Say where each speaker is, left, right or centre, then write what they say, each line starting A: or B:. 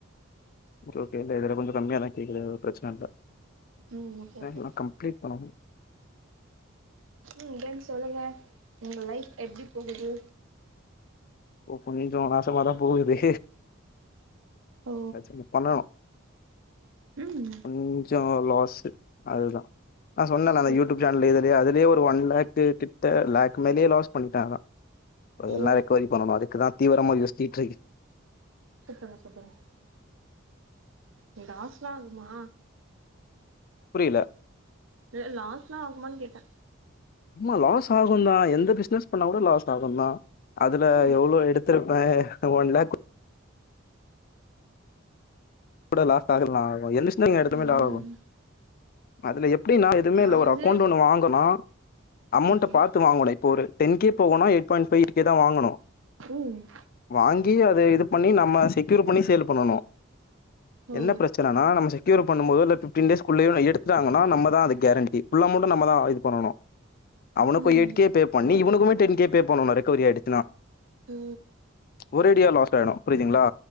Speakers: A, on the left (about 45°); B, on the right (about 70°).
A: ஓகே ஓகே இதுல கொஞ்சோ கம்மியா தா கேக்குது பிரச்சன இல்ல
B: ம் ஓகே
A: பேசலா
B: ஓகே
A: கம் கிளிக் பண்ணணு
B: ம் கேக்குது சொல்லுங்க உங்க லைஃப் எப்டி போகுது
A: ஓ கொஞ்சோ நாசமாதா போகுது <unintelligible>
B: ஓ ம்
A: கொஞ்சோ லாஸ் அதுதா நா சொன்னேன்ல
B: சூ
A: அந்த யூடியூப் ஜால் இதுலயே அதுலயே ஒரு ஒன் லேக் கிட்ட லேக் மேலெயே லாஸ் பண்ணிட்டே ஆனா அதெல்லா
B: ஓ
A: ரெக்கவரி பண்ணணு அதுக்குதா தீவெரமா யோசுச்சிட்ருக்கே
B: சுத்துங்க சுத்துங்க ம் லாஸ்லா ஆகுமா
A: புரில
B: இல்ல லாஸ்ல்லா ஆகுமான் கேட்டே
A: ஆமா லாஸ் ஆகுந்தா எந்த பிசினஸ் பண்ணா கூட லாஸ் ஆகுந்தா அதுல
B: ம்
A: எவ்வளோ எடுத்திருப்பே ஒன் லேக் கூட லாஸ் ஆகலாம் ஆகும் எல்லிஸ்ல எடுத்தமே
B: ம்
A: லோ ஆகும் அதுல எப்டின்னா எதுமே
B: நா
A: இல்ல ஒரு
B: வந்து
A: அக்கௌண்ட் ஒண்ணு வாங்கனா அமௌண்ட்ட
B: ஓகே
A: பாத்து வாங்கணு இப்ப ஒரு டென் கே போகுண்ணா எயிட் பாய்ண்ட் ஃபைவ் கே தா வாங்கணு
B: ம்
A: வாங்கி அத இது பண்ணி நம்ம செக்யூர் பண்ணி சேல் பண்ணணு
B: ஓ
A: என்ன பிரச்சனன்னா நம்ம செக்யூர் பண்ணும் போது இல்ல ஃபிப்டீன் டேஸ்குள்ளயோ எடுத்துட்டாங்கன்னா நம்ம தா அதுக்கு கேரண்டி ஃபுல் அமொண்டும் நம்ம தா இது பண்ணணு அவனுக்கும்
B: ம்
A: எயிட் கே பே பண்ணு இவனுக்குக்குமே டென் கே பே பண்ணணு ரெக்கவரி ஆயிடுத்துன்னா
B: ஓ
A: ஒரே அடியா லாஸ் ஆயிடும் புரியுதுங்களா